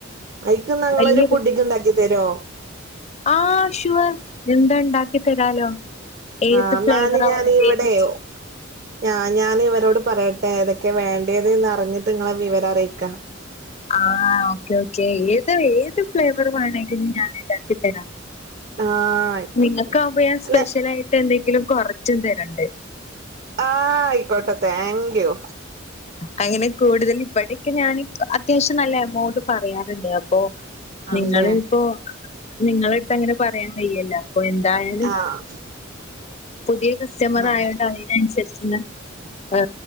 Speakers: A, on the right (about 50°); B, on the left (about 35°).
A: അയ്ക്ന്ന ഇങ്ങളൊരു
B: വലിയ
A: പുഡ്ഡ്ങ് ഇണ്ടാക്കി തരോ
B: ആഹ് ഷുവർ എന്താ ഉണ്ടാക്കി തരാലോ ഏത്
A: ആഹ് ഇന്നാല്
B: ഫ്ലേവറാ
A: ഞാന്
B: വേണ്ടേന്ന്
A: ഇവിടെയോ
B: വെച്ച
A: ഞാൻ ഞാന് ഇവരോട് പറയട്ടെ ഏതെക്കെ വേണ്ടേത് എന്ന് അറിഞ്ഞിട്ട് നിങ്ങളെ വിവരം അറിയിക്കാം
B: ആഹ് ഓക്കേ ഓക്കേ ഏത് ഏത് ഫ്ലേവർ വേണമെങ്കിലും ഞാന് ഇണ്ടാക്കി തരാം
A: ആഹ് ആയിക്കോട്ടെ
B: നിങ്ങക്കാകുമ്പ
A: എന്നാ
B: ഞാൻ സ്പെഷ്യലായിട്ട്
A: അല്ല
B: എന്തെങ്കിലും കൊറച്ചും തരണ്ട്
A: ആഹ് അയിക്കോട്ടെ താങ്ക്യു
B: അങ്ങനെ കൂടുതല് ഇവിടെക്കെ ഞ്ഞാന് അത്യാവശ്യം നല്ല എമൌണ്ട് പറയാറുണ്ട് അപ്പൊ
A: ആണല്ലേ
B: നിങ്ങള് ഇപ്പോ നിങ്ങളട്ത്ത് അങ്ങനെ പറയാൻ വയ്യല്ല അപ്പൊ എന്തായാലും
A: ആഹ്
B: പുതിയ കസ്റ്റമർ
A: അതെ
B: ആയോണ്ട് അയിന അനുസരിച്ചുള്ള ആ